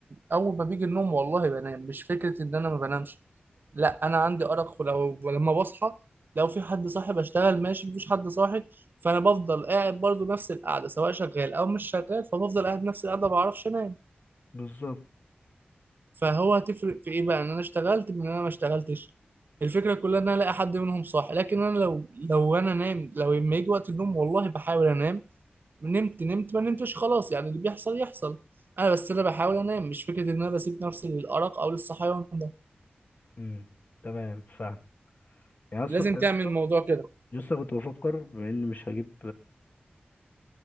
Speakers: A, on the right; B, on the left.
A: اول ما بيجي النوم والله بنام مش فكره ان انا ما بنامش لا انا عندي ارق ولو ولما بصحى لو في حد صاحي بشتغل ماشي مفيش حد صاحي فانا بفضل قاعد برضو نفس القعده سواء شغال او مش شغال فبفضل قاعد نفس القعده ما بعرفش انام
B: بالظبط
A: فهو هتفرق في ايه بقى ان انا اشتغلت من ان انا ما اشتغلتش الفكره كلها ان انا الاقي حد منهم صاحي لكن انا لو لو انا نام لو لما يجي وقت النوم والله بحاول انام نمت نمت ما نمتش خلاص يعني اللي بيحصل يحصل انا بس انا بحاول انام مش فكره ان انا بسيب نفسي للارق او للصحيان ده
B: مم. تمام فاهم يعني الصبح
A: لازم
B: يا
A: تعمل
B: اسطى
A: الموضوع كده
B: لسه كنت بفكر بما اني مش هجيب